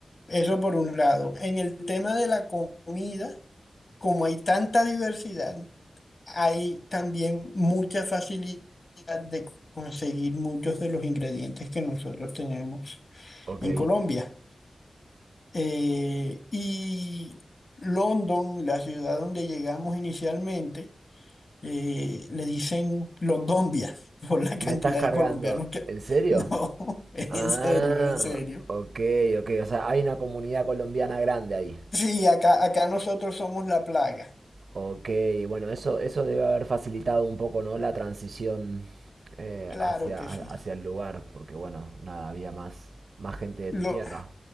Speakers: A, on the left; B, on the right.
A: eso por un lado. En el tema de la comida, como hay tanta diversidad, hay también mucha facilidad de conseguir muchos de los ingredientes que nosotros tenemos
B: Ok.
A: en Colombia. Eh, y London, la ciudad donde llegamos inicialmente, eh, le dicen Londombia <laughs> por la cantidad
B: Me estás cargando.
A: de colombianos que...
B: ¿En serio?
A: <laughs> No, es
B: Ah,
A: en serio, es en serio.
B: ok, ok. O sea, hay una comunidad colombiana grande ahí.
A: Sí, acá, acá nosotros somos la plaga.
B: Ok, bueno, eso, eso debe haber facilitado un poco, ¿no? La transición eh,
A: Claro
B: hacia,
A: que
B: ha-
A: sí.
B: hacia el lugar, porque bueno, nada, había más, más gente de
A: Lo,
B: tu tierra.